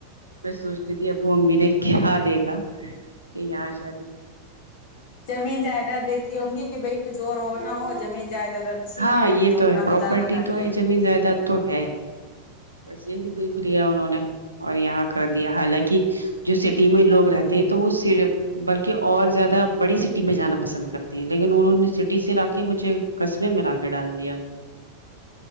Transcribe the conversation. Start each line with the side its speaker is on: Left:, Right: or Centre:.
Right: میں سوچتی تھی ابو امی نے کیا دیکھا کہ یہاں شادی
Left: زمین جائیداد دیکھی ہوںگی کہ بھائی کچھ اور ہو نہ ہو زمین جائیداد اچھی
Right: ہاں یہ
Left: اپنا
Right: تو ہے پراپرٹی
Left: گزارا کر
Right: تو
Left: لیں
Right: ہے زمین
Left: گے
Right: جائیداد تو ہے بس یہ ہی دیکھ لیا انہوں نے اور یہاں کر دیا حالانکہ جو سٹی میں لوگ رہتے ہیں تو وہ صرف بلکہ اور زیادہ بڑی سٹی میں جانا پسند کرتے ہیں لیکن انہوں نے سٹی سے لا کے مجھے پھر ملا کے ڈال دیا